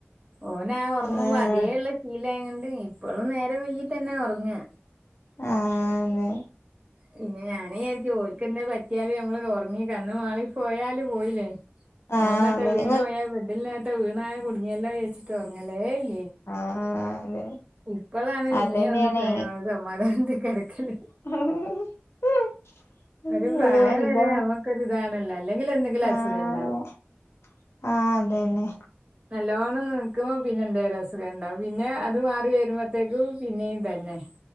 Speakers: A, on the right; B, on the left.
A: ഓനാ ഉറങ്ങുമ്പോ
B: ആഹ്
A: അതേള്ള ശീലായങ്ങൊണ്ട് ഇപ്പോഴും നേരെം വെ്യകി തന്നെയ ഉറങ്ങന്നെ
B: ആഹ്
A: പിന്നെ ഞാന ചാരിക്കും ഓൽക്കണ്ട പറ്റിയാല് നമ്മള് ഉറങ്ങി കണ്ണു മാളി പോയാല് പോയില്ലേ
B: ആഹ്
A: മോളന്നട്ട വീണോയ
B: അങ്ങനെ
A: ബെഡിൽ നിനേട്ട വീണോയ കുടുങ്ങിയല്ലചാരിച്ചിട്ട് ഒറങ്ങലെല്ലേ
B: ആഹ് അതെ
A: ഇപ്പോളാണ്
B: അതന്നെയാണേ
A: പിന്നെ ഒന്ന് സ സമാധാനത്തിൽ കെടക്കല്.
B: <unintelligible> ഉ
A: ഒരു പ്രായം
B: ഇള വലത
A: വരെ നമുക്കൊരു ഇതാണല്ലോ അല്ലെങ്കിൽ എന്തെങ്കിലും
B: ആഹ
A: അസുഖം ഉണ്ടാവും.
B: ആഹ അതെന്നെ
A: നല്ലവോണം നിക്കുമോ പിന്നെ എന്താും അസുഖം ഉണ്ടാവും പിന്നെ അ മാറി വരുമ്പോത്തേക്കും പിന്നെയും തന്നെ